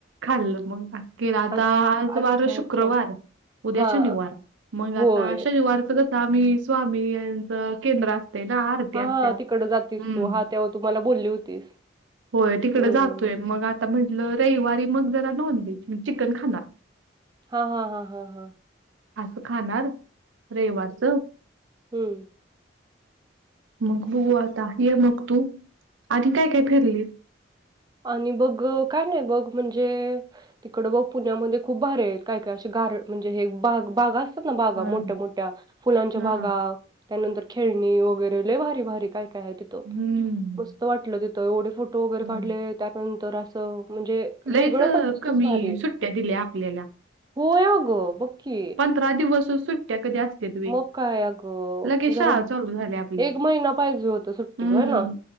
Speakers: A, on the right (about 85°); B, on the right (about 20°).
A: खाल्लं मग अस आता
B: अ
A: आज
B: अच्छा,
A: वार शुक्रवार
B: अच्छा.
A: उद्या
B: हां.
A: शनिवार मग
B: होय.
A: आता शनिवार स्वामी स्वामी यांच केंद्र अस ना आरती
B: हा
A: असत्या
B: ह तिकड जातेस
A: हम्म
B: तू हा तेव्हा तुम्हाला बोलली होतीस
A: होय तिकडे
B: हं.
A: जातोय मग आता म्हटलं रविवारी मग जरा नॉन व्हेज म्हणजे चिकन खाणार
B: हा हा हा हा हा
A: असं खाणार रेवाच
B: हम्
A: मग बुघू आता ये मग तू आधी काय काय फिरली
B: आणि बघ काय नाही बघ म्हणजे तिकड ब पुण्यामध्ये खूप भरे आहेत काय काय असे गार म्हणजे हे बाग बागा असतात ना बागा
A: होय
B: मोठ्या मोठ्या फुलांच्या
A: हा
B: बागा त्यानंतर खेळणी वगैरे लले भारी भारी काय काय आहे त
A: हम्म
B: मस्त वाट तिथ एवढे फोटो वगरे
A: होय
B: काढ नंतर असं म्हणजे
A: लयच
B: वेगळं पद्धतच
A: कमी
B: भारी
A: सुट्ट्या दिल्या आपल्याला
B: हो यागो बकी
A: दिवस सुट्ट्या कधी असत तु
B: मग काय अगं
A: लगे शा
B: जरा
A: चालू झाले आपले
B: एक महिना पाहिजे होतं सुट्टी
A: हम्म
B: होय ना.